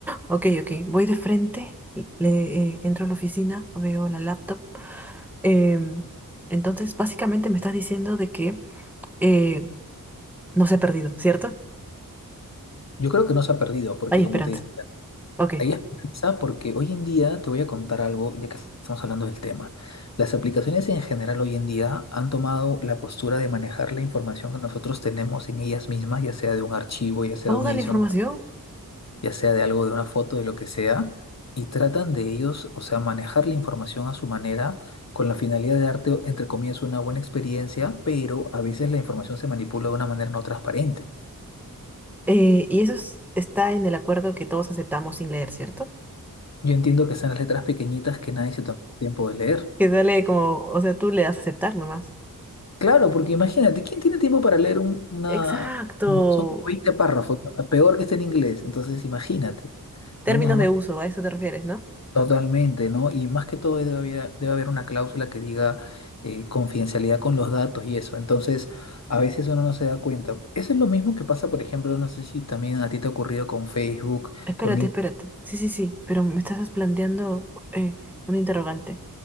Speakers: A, in the centre; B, on the left (about 45°).
A: ok, ok. Voy de frente, le, eh, entro a la oficina, veo la laptop. Em, entonces, básicamente me estás diciendo de que eh, no se ha perdido, ¿cierto?
B: Yo creo que no se ha perdido, porque
A: Hay esperanza.
B: como te decía,
A: Ok,
B: hay esperanza porque hoy en día, te voy a contar algo, ya que estamos hablando del tema. Las aplicaciones en general hoy en día han tomado la postura de manejar la información que nosotros tenemos en ellas mismas, ya sea de un archivo, ya sea
A: vamos
B: de una
A: a
B: edición
A: la información.
B: ya sea de algo, de una foto, de lo que sea, y tratan de ellos, o sea, manejar la información a su manera con la finalidad de darte, o- entre comillas, una buena experiencia, pero a veces la información se manipula de una manera no transparente.
A: Eh, y eso es- está en el acuerdo que todos aceptamos sin leer, ¿cierto?
B: Yo entiendo que están las letras pequeñitas que nadie se toma tiempo de leer.
A: Que sale como, o sea, tú le das a aceptar nomás.
B: Claro, porque imagínate, ¿quién tiene tiempo para leer un- una...
A: Exacto.
B: una- Son como 20 párrafos, ¿no? peor que esté en inglés, entonces imagínate,
A: Términos
B: no nos damos
A: de uso, a eso te refieres, ¿no?
B: Totalmente, ¿no? Y más que todo debe haber, debe haber una cláusula que diga eh, confidencialidad con los datos y eso. Entonces, a veces uno no se da cuenta. Eso es lo mismo que pasa, por ejemplo, no sé si también a ti te ha ocurrido con Facebook,
A: Espérate,
B: con
A: espérate. Sí, sí, sí, pero me estás planteando eh, un interrogante.